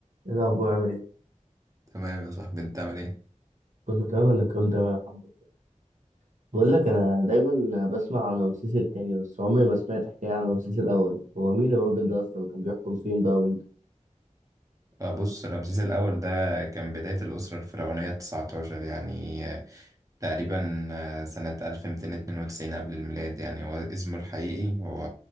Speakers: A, on the right; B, on the right.
A: ايه الاخبار عامل ايه
B: تمام يا صاحبي انت عامل ايه
A: كله تمام ولا كله تمام الحمد لله بقول لك انا دايما بسمع عن رمسيس التاني بس عمري ما سمعت حكايه عن رمسيس الاول هو مين الراجل ده اصلا وكان بيحكم فين بقى وامتى
B: آه، بص رمسيس الاول ده كان بداية الأسرة الفرعونية 19 يعني آه، تقريبا آه، سنة 1292 قبل الميلاد يعني هو اسمه الحقيقي هو